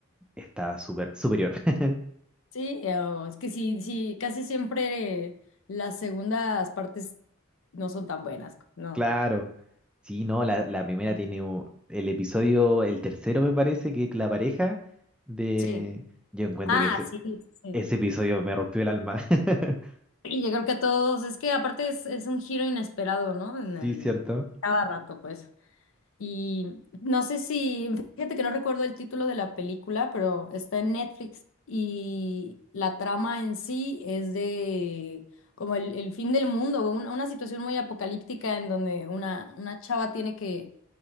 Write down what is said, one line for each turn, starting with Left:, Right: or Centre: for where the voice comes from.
Centre: está super, superior. <laughs>
Left: Sí, oh, es que sí, sí, casi siempre eh, las segundas partes no son tan buenas, no.
Centre: Claro. Sí, no, la, la primera tiene u- el episodio, el tercero me parece, que es la pareja de...
Left: Sí.
Centre: Yo encuentro
Left: Ah,
Centre: que ese,
Left: sí, sí. sí.
Centre: ese episodio me rompió el alma. <laughs>
Left: Y yo creo que a todos, es que aparte es, es un giro inesperado, ¿no? En, en
Centre: Sí, cierto.
Left: cada rato, pues. Y no sé si, fíjate que no recuerdo el título de la película, pero está en Netflix y la trama en sí es de como el, el fin del mundo, o una, una situación muy apocalíptica en donde una, una chava tiene que